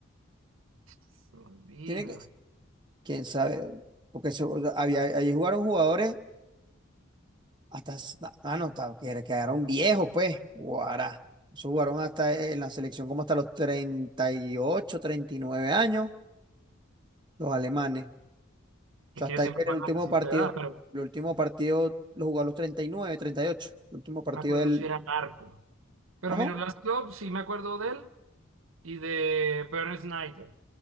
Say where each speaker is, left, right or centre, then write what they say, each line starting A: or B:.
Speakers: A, on the right (about 80°); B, on the right (about 20°).
A: Se me olvida.
B: tiene que, quién sabe, porque se- había, ahí jugaron jugadores hasta, s- ah, no, estaba- que era- quedaron viejos, pues, guará. Eso jugaron hasta eh, en la selección como hasta los treinta treinta y ocho treinta y nueve años, los alemanes.
A: Es
B: Yo
A: que
B: hasta
A: yo siempre
B: ayer
A: me
B: el último
A: van a decir
B: partido,
A: tu edad, pero
B: el último partido lo jugó a los 39, 38. El último partido
A: no me acuerdo
B: del,
A: si era narco. Pero
B: ¿cómo?
A: Miro Last Close, sí me acuerdo de él. y de Bernd Snyder.